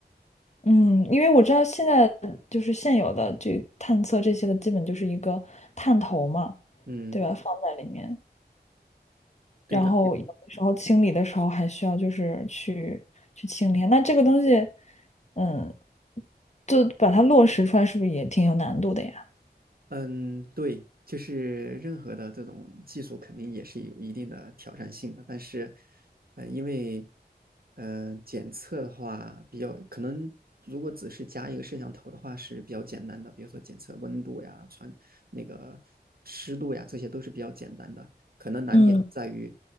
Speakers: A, on the left; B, on the right.
A: 嗯，因为我知道现在就是现有的这探测这些的，基本就是一个探头嘛，
B: 嗯，
A: 对吧？放在里面，
B: 对的。
A: 然后有的时候清理的时候还需要就是去去清理。那这个东西，嗯，就把它落实出来，是不是也挺有难度的呀？
B: 嗯，对，就是任何的这种技术肯定也是有一定的挑战性的，但是，呃，因为，呃，检测的话比较可能，如果只是加一个摄像头的话是比较简单的，比如说检测温度呀、传那个湿度呀，这些都是比较简单的。可能难点在于，
A: 嗯